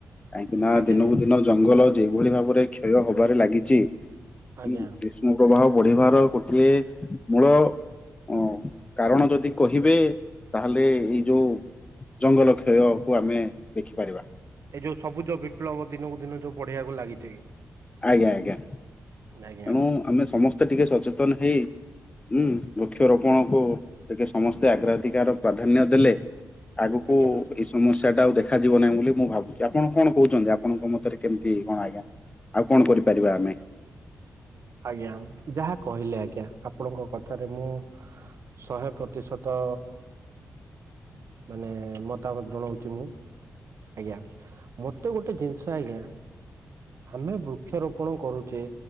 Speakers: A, on the left; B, on the right.
A: କାହିଁକି ନା
B: ଆଜ୍ଞା
A: ଦିନକୁ ଦିନ ଜଙ୍ଗଲ ଯେଭଳି ଭାବରେ କ୍ଷୟ ହବାରେ ଲାଗିଛି।
B: ଆଜ୍ଞା
A: ହଁ ଗ୍ରୀଷ୍ମ ପ୍ରଭାବ ବଢିବାର ଗୋଟିଏ ମୂଳ ଅ କାରଣ ଯଦି କହିବେ ତାହେଲେ ଏଇ ଯୋଉ ଜଙ୍ଗଲ କ୍ଷୟକୁ ଆମେ ଦେଖିପାରିବା।
B: ଏ ଯୋଉଁ ସବୁଜ ବିପ୍ଳବ ଦିନକୁ ଦିନ ଯୋଉ ବଢ଼ିବାକୁ ଲାଗିଛି
A: ଆଜ୍ଞା ଆଜ୍ଞା।
B: ଆଜ୍ଞା
A: ତେଣୁ ଆମେ ସମସ୍ତେ ଟିକେ ସଚେତନ ହେଇ ହୁଁ ବୃକ୍ଷରୋପଣକୁ ଟିକେ ସମସ୍ତେ ଆଗ୍ରାଧିକାର ପ୍ରାଧାନ୍ୟ ଦେଲେ ଆଗକୁ
B: ଆଜ୍ଞା
A: ଏଇ ସମସ୍ୟାଟା ଆଉ ଦେଖାଯିବ ନାହିଁ ବୋଲି ମୁଁ ଭାବୁଛି ଆପଣ କଣ କହୁଛନ୍ତି ଆପଣଙ୍କ ମତରେ କେମିତି କଣ ଆଜ୍ଞା ଆଉ କଣ କରିବ? ପାରିିବା ଆମେ?
B: ଆଜ୍ଞା ଯାହା କହିଲେ ଆଜ୍ଞା ଆପଣଙ୍କ କଥାରେ ମୁଁ ଶହେ ପ୍ରତିଶତ ମାନେ ମତାମତ ଜଣାଉଛି ମୁଁ। ଆଜ୍ଞା ମତେ ଗୋଟେ ଜିନିଷ ଆଜ୍ଞା ଆମେ ବୃକ୍ଷରୋପଣ କରୁଛେ